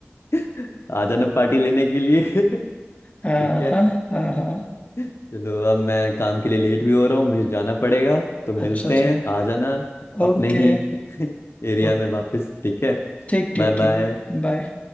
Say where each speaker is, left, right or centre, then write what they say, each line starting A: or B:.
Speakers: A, on the left (about 65°); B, on the left (about 30°).
A: <laughs> आ जाना पार्टी लेने के लिए <laughs>
B: हाँ
A: ठीक है
B: हाँ हाँ हाँ।
A: चलो अब मैं काम के लिए लेट भी हो रहा हूँ मुझे जाना पड़ेगा तो मिलते
B: अच्छा अच्छा
A: हैं आ जाना अपने
B: ओके
A: ही <laughs> एरिया
B: ओ-
A: में वापस ठीक है
B: ठीक ठीक
A: Bye bye
B: ठीक भाई बाय